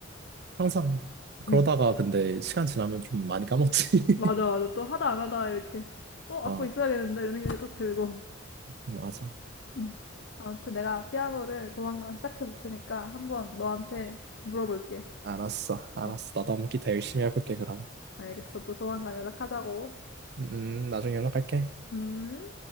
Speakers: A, on the right; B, on the left.
A: 항상 그러다가
B: 음.
A: 근데 시간 지나면 좀 많이 까먹지. <laughs>
B: 맞아, 맞아. 또 하다 안 하다 이렇게, 어,
A: 어,
B: 악보 있어야겠는데 이런 생각이 딱 들고.
A: 맞아.
B: 음. 아무튼 내가 피아노를 조만간 시작해 볼 테니까 한번 너한테 물어볼게.
A: 알았어, 알았어.
B: 어,
A: 나도 한번 기타 열심히 해볼게, 그럼.
B: 알겠어. 또 조만간 연락하자고.
A: 음, 음, 나중에 연락할게.
B: 음.